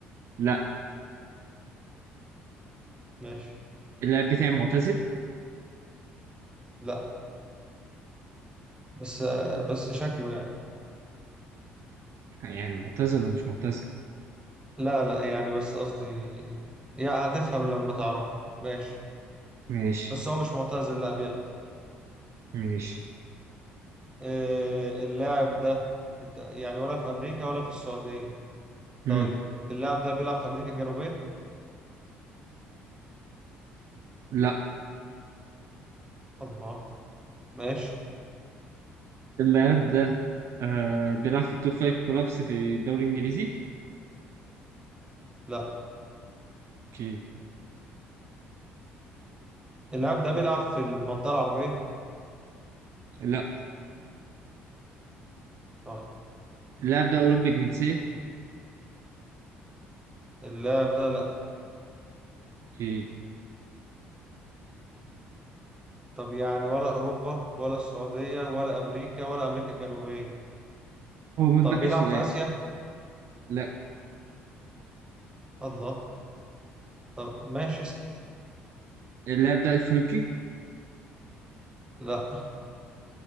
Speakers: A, on the right; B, on the right.
A: لا
B: ماشي
A: اللاعب بتاعي معتزل
B: لا بس آه، بس شكله يعني
A: يعني معتزل ولا مش معتزل
B: لا لا يعني بس قصدي يعني هتفهم لما تعرف ماشي
A: ماشي
B: بس هو مش معتزل لا بيلعب
A: ماشي
B: آه، اللاعب ده انت- يعني ولا في امريكا ولا في السعوديه
A: مم.
B: طيب اللاعب ده بيلعب في امريكا الجنوبيه
A: لا
B: الله ماشي
A: اللاعب ده آه بيلعب في التوب فايف كلابس في الدوري الإنجليزي
B: لا
A: اوكي
B: اللاعب ده بيلعب في المنطقه العربيه
A: لا
B: طيب
A: اللاعب ده أوروبي الجنسية
B: اللاعب ده لا
A: اوكي
B: طب يعني ولا اوروبا ولا السعوديه ولا امريكا ولا امريكا الجنوبيه
A: هو متبقي
B: طب بيلعب
A: سؤال
B: في اسيا
A: لا
B: الله طب ماشي اسال
A: اللاعب ده أفريقي
B: لا